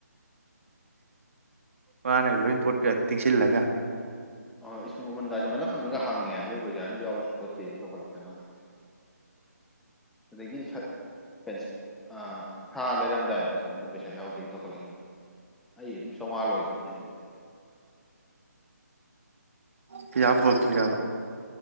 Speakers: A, on the right; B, in the centre.
A: ꯃꯥꯅꯒ ꯂꯣꯏ ꯄꯣꯠꯀ ꯇꯛꯁꯤꯜꯂꯒ꯫
B: <unintelligible> ꯃꯃꯜꯒꯥꯁꯦ ꯃꯅꯥꯝ ꯃꯅꯝꯒ ꯍꯪꯉꯦ ꯑꯗꯨ ꯄꯩꯁꯅ ꯌꯥꯎꯗꯦ ꯈꯣꯠꯇꯦꯅ ꯇꯧꯒꯠꯂꯛꯇꯅ꯫ ꯑꯗꯒꯤ ꯁꯠꯄꯩꯁꯦ ꯁꯥ ꯂꯩꯔꯝꯗꯥꯏꯗꯨꯁꯨ ꯑꯃꯨꯛ ꯄꯩꯁꯥ ꯌꯥꯎꯗꯦ ꯇꯧꯈꯠꯂꯛꯏ꯫ ꯑꯩ ꯑꯗꯨꯝ ꯆꯧꯉꯥ ꯂꯣꯏꯒꯔꯝꯅꯤ꯫
A: ꯄꯩꯁꯥ ꯄꯨꯔꯛ ꯇꯔ꯭ꯤꯔꯕ꯫